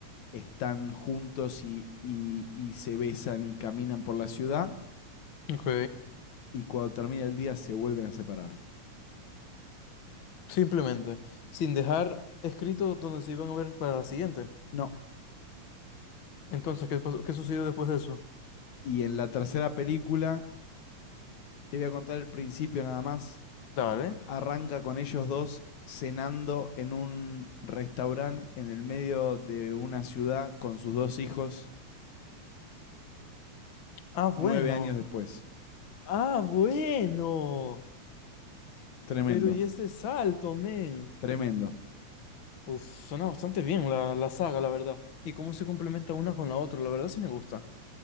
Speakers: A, on the left (about 75°); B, on the left (about 50°).
A: están juntos y, y- y se besan y caminan por la ciudad
B: Ok.
A: y cuando termina el día se vuelven a separar.
B: Simplemente, sin dejar escrito donde se iban a ver para la siguiente.
A: No.
B: Entonces, ¿qué pasó? ¿Qué sucedió después de eso?
A: Y en la tercera película, te voy a contar el principio nada más,
B: Dale.
A: arranca con ellos dos cenando en un restaurante en el medio de una ciudad con sus dos hijos
B: Ah, bueno.
A: nueve años después.
B: Ah, bueno.
A: Tremendo,
B: Pero y ese salto, men.
A: tremendo.
B: Uf, suena bastante bien la, la saga, la verdad. Y cómo se complementa una con la otra, la verdad sí me gusta.